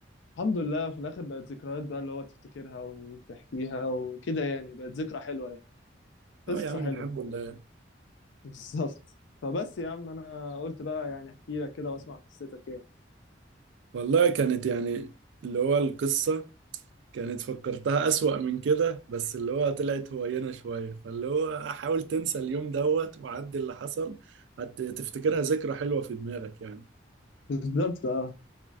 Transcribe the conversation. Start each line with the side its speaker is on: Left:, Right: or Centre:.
Left: الحمد لله في الاخر بقت ذكريات بقى اللي هو تفتكرها وتحكيها وكده يعني بقت ذكرى حلوه يعني
Right: اه
Left: قصه
Right: يا عم
Left: حلوه
Right: الحمد لله
Left: <laughs> بالظبط فبس يا عم انا قلت بقى يعني احكي لك كده واسمع قصتك يعني
Right: والله كانت يعني اللي هو القصه كانت فكرتها أسوأ من كده بس اللي هو طلعت هوينة شوية فاللي هو حاول تنسى اليوم دوت وعدي اللي حصل هتفتكرها ذكرى حلوة في دماغك يعني
Left: بالظبط اه